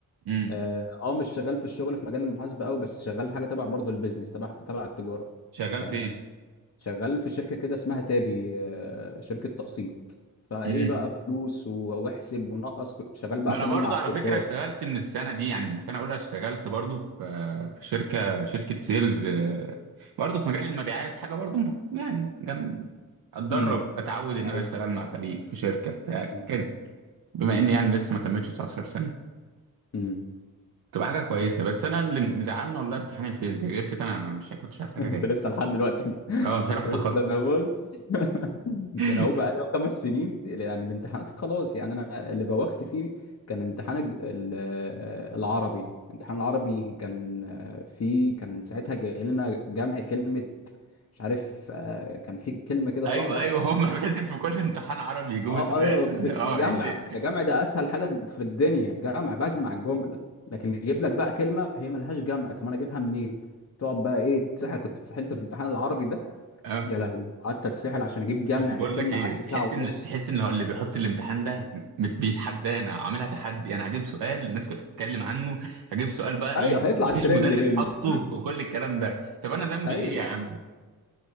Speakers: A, on the right; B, on the left.
A: امم
B: اه آه، مش شغال في الشغل في مجال المحاسبه قوي بس شغال حاجه تبع برضه البيزنس تبع تبع التجاره
A: شغال
B: فاهم
A: فين
B: شغال في شركة كده اسمها تابي آه، شركة تقسيط فايه
A: امم
B: بقى فلوس و- واحسب ونقص كنت شغال بقى
A: ما انا
B: كمان
A: برضه
B: مع التجار
A: على فكره اشتغلت من السنه دي يعني من سنه اولى اشتغلت برضه في في شركه شركه سيلز آه، برضه في مجال المبيعات حاجه برضه م- يعني جنب اتدرب
B: امم
A: اتعود ان
B: ايوه
A: انا اشتغل مع فريق في شركه بتاع
B: امم
A: كده بما
B: امم
A: اني يعني لسه ما تمتش 19 سنه
B: أمم.
A: تبقى حاجه كويسه بس انا اللي مزعلني والله امتحان الفيزياء غير كده انا أنا مش كنتش عايز
B: <laughs>
A: حاجه
B: انت
A: تاني
B: لسه لحد دلوقتي <laughs>
A: اه مش عارف
B: يا
A: اتخطى
B: باشا ده انا بص <laughs>
A: <laughs>
B: ده انا هو بقى لي خمس سنين يعني الامتحانات خلاص يعني انا اللي بوخت فيه كان امتحان الج- ال- آه، العربي ده امتحان العربي كان آه، فيه كان ساعتها جاي لنا جمع كلمة مش عارف آه، كان في كلمة كده
A: ايوه
B: صعبة
A: ايوه هم <laughs> لازم في كل امتحان عربي يجيبوا
B: اه
A: سؤال
B: اه آه، في
A: اه
B: جمع
A: يشيء
B: ده جمع ده اسهل حاجه في الدنيا جمع بجمع الجمله لكن يجيب لك بقى كلمه هي ملهاش جمع طب انا اجيبها منين تقعد بقى ايه تسحل كنت اتسحلت في امتحان العربي ده
A: اه
B: يا لهوي قعدت اتسحل عشان اجيب جمع
A: اصل بقول
B: الكلمه
A: لك ايه
B: قعدت
A: تحس
B: ساعه ونص
A: ان تحس ان هو اللي بيحط الامتحان ده مت- بيتحدانا عاملها تحدي انا هجيب سؤال الناس كلها تتكلم عنه هجيب سؤال بقى
B: ايوه
A: ايه
B: هيطلع
A: مفيش
B: الترند
A: مدرس
B: مني
A: حطه وكل الكلام ده طب انا ذنبي
B: ايوه
A: ايه يا عم